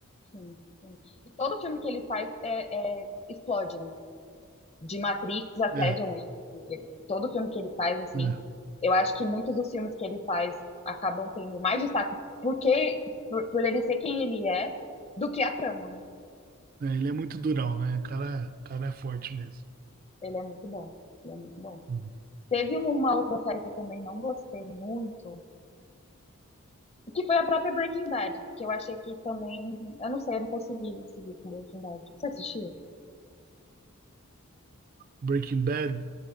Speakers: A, on the left; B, on the right.
A: Sim, sim. E todo filme que ele faz é, é- explode, né? De Matrix até
B: É,
A: John Wick, ele- todo filme que ele faz, assim,
B: é,
A: eu acho que muitos dos filmes que ele faz acabam tendo mais destaque porque, por, por ele ser quem ele é, do que a trama, né?
B: é, ele é muito durão, né? O cara, o cara é forte mesmo.
A: Ele é muito bom, ele é muito bom.
B: Hum.
A: Teve um, uma outra série que eu também não gostei muito, que foi a própria Breaking Bad, que eu achei que também, eu não sei, eu não consegui seguir com Breaking Bad. Você assistiu?
B: Breaking Bad?